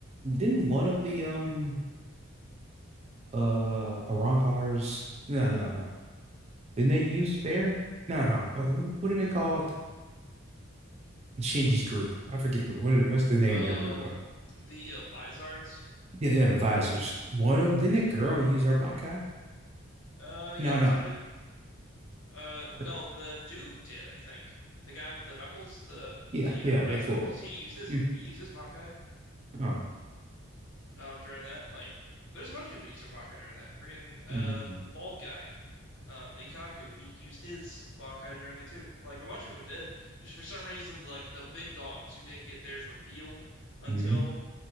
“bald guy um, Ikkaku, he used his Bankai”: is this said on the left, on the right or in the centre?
Left